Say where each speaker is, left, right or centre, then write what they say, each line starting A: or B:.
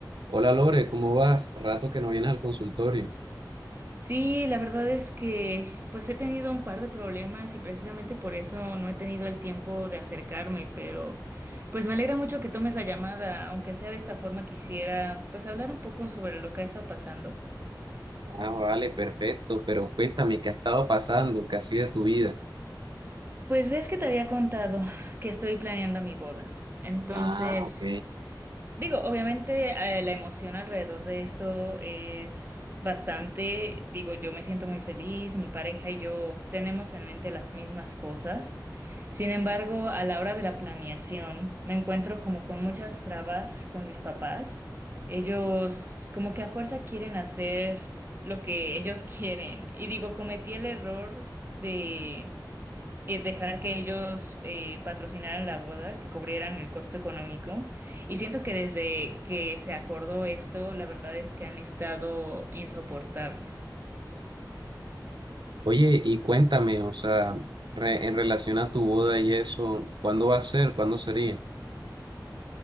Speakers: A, on the right; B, on the right.
A: Hola Lore, ¿cómo vas? Rato que no vienes al consultorio.
B: Sí, la verdad es que pues he tenido un par de problemas y precisamente por eso no he tenido el tiempo de acercarme, pero pues me alegra mucho que tomes la llamada, aunque sea de esta forma quisiera pues hablar un poco sobre lo que ha estado pasando.
A: Ah, vale, perfecto, pero cuéntame, ¿qué ha estado pasando? ¿Qué ha sido de tu vida?
B: Pues ves que te había contado que estoy planeando mi boda. Entonces,
A: Ah, ok.
B: Digo, obviamente eh, la emoción alrededor de esto es bastante, digo, yo me siento muy feliz, mi pareja y yo tenemos en mente las mismas cosas. Sin embargo, a la hora de la planeación, me encuentro como con muchas trabas con mis papás. Ellos como que a fuerza quieren hacer lo que ellos <laughs> quieren. Y digo, cometí el error de eh, dejar que ellos eh, patrocinaran la boda, que cubrieran el costo económico. Y siento que desde que se acordó esto, la verdad es que han estado insoportables.
A: Oye, y cuéntame, o sea, re- en relación a tu boda y eso, ¿cuándo va a ser? ¿Cuándo sería?